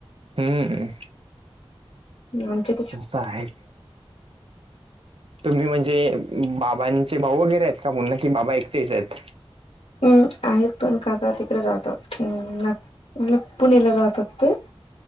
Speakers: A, on the right (about 65°); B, on the left (about 80°).
A: हम्म.
B: <inaudible>
A: असं आहे. तुम्ही म्हणजे बाबांचे भाऊ वगैरे आहेत. का पुन्हा कि बाबा एकटेच आहेत?
B: हम्म आहेत पण काका तिकडे राहतात न म्ह पुणेला राहतात ते.